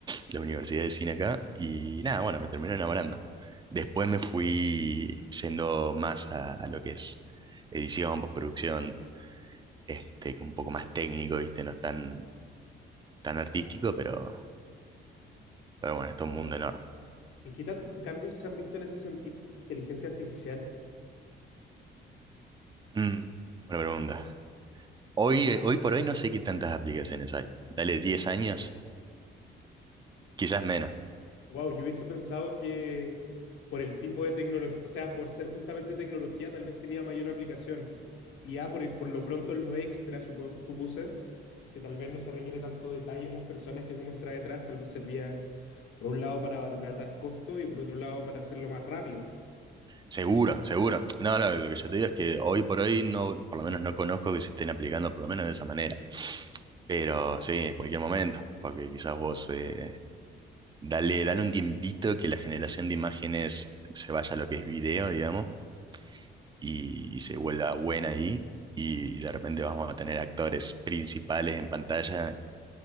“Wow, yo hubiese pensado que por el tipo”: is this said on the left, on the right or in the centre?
Left